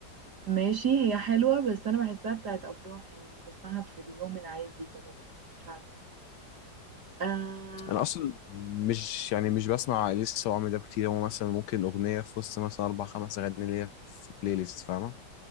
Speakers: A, on the right; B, on the left.
A: ماشي هي حلوه بس انا بحسها بتاعت افراح يعني مش بسمعها في اليوم العادي كده برضو مش عارفه آه
B: انا اصلا مش يعني مش بسمع لسه وعمري ده كتير هو مثلا ممكن اغنيه في وسط مثلا اربع خمس اغاني ليا في بلاي ليست فاهمه